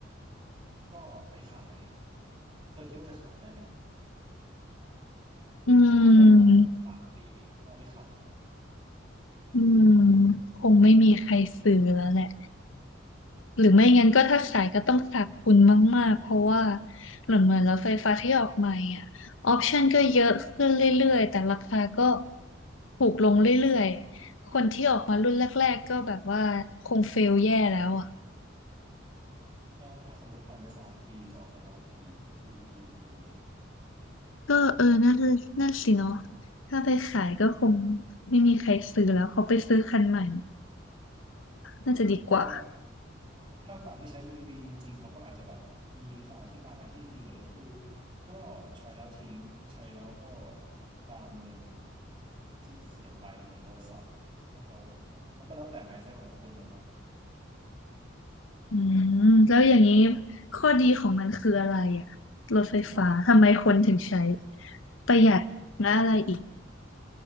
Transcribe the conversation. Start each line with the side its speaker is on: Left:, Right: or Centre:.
Right: ก็ไปขายเธอคิดว่าจะขายได้ไหม
Left: อืม
Right: ใช้มาสักสามปีเราไปขาย
Left: อืมคงไม่มีใครซื้อแล้วแหละ หรือไม่งั้นก็ถ้าขายก็ต้องขาดทุนมากๆ เพราะว่าเหลอนเหมือนรถไฟฟ้าที่ออกใหม่อ่ะออปชันก็เยอะขึ้นเรื่อยๆแต่ราคาก็ถูกลงเรื่อยๆคนที่ออกมารุ่นแรกๆก็แบบว่าคงเฟลแย่แล้วอ่ะ
Right: นะถ้าสมมติผ่านไปสามปีจะออกมาแล้วกี่รุ่นกี่โมเดล
Left: ก็เออนั่นนั่นสิเนาะถ้าไปขายก็คงไม่มีใครซื้อแล้วเขาไปซื้อคันใหม่น่าจะดีกว่า
Right: แต่ว่าถ้าฝั่งที่ใช้ EV จริงๆเขาก็อาจจะแบบมีคำอธิบายที่ดีกว่านี้ก็คือก็ใช้แล้วทิ้งใช้แล้วก็ตามเงินที่เสียไปเหมือนโทรศัพท์ถ้าเขามันก็แล้วแต่ mindset ของคนนะครับ
Left: อืมแล้วอย่างนี้ข้อดีของมันคืออะไรอ่ะรถไฟฟ้าทำไมคนถึงใช้
Right: ประหยัด
Left: ประหยัดและอะไรอีก